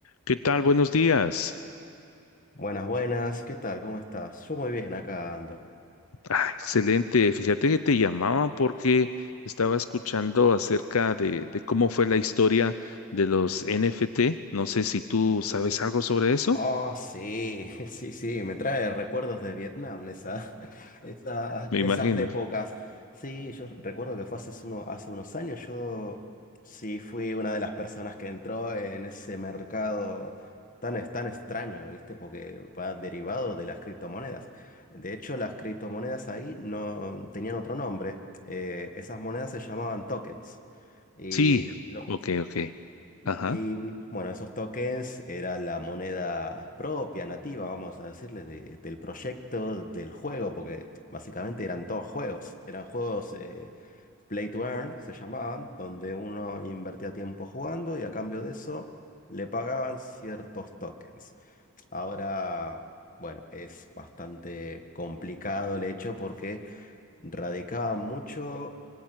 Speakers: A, on the left; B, on the left.
A: ¿Qué tal? Buenos días.
B: Buenas, buenas, ¿qué tal? ¿Cómo estás? Yo muy bien, acá ando.
A: Ah, excelente. Fíjate que te llamaba porque estaba escuchando acerca de, de cómo fue la historia de los NFT. No sé si tú sabes algo sobre eso.
B: Oh, sí, <laughs> sí, sí, me trae recuerdos de Vietnam, esa, <laughs> esa-
A: Me
B: esas
A: imagino.
B: épocas. Sí, yo recuerdo que fue hace, uno, hace unos años, yo sí fui una de las personas que entró en ese mercado tan, es- tan extraño, ¿viste? Porque va derivado de las criptomonedas. De hecho, las criptomonedas ahí no tenían otro nombre. eh, esas monedas se llamaban tokens. Y
A: Sí.
B: los
A: Ok, ok. Ajá.
B: Y bueno, esos tokens era la moneda propia, nativa, vamos a decirle, de- del proyecto, del juego, porque básicamente eran todos juegos. Eran juegos eh, play to earn, se llamaban, donde uno invertía tiempo jugando y a cambio de eso le pagaban ciertos tokens. Ahora, bueno, es bastante complicado el hecho porque radicaba mucho